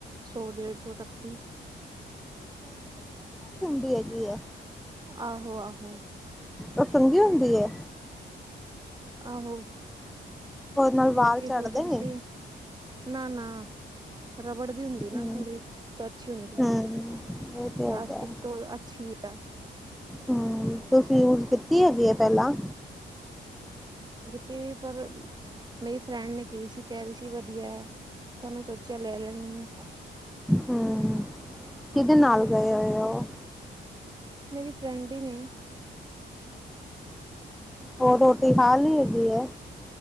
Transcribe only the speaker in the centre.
ਵੀ ਹੈਗੀ ਆ।
ਉਹ ਚੰਗੀ ਹੁੰਦੀ ਏ।
ਨਾਲ ਵਾਲ
ਝੜਦੇ
ਨੇ?
ਹਮ
ਹਮ
ਇਹ ਤੇ
ਹੈਗਾ
ਹਮ ਤੁਸੀਂ ਯੂਜ ਕੀਤੀ ਹੈਗੀ ਐ ਪਹਿਲਾਂ।
ਹੂੰ ਕਿਹਦੇ ਨਾਲ ਗਏ ਹੋਏ ਓ।
ਹੋਰ ਰੋਟੀ ਖਾਲੀ ਹੈਗੀ ਐ।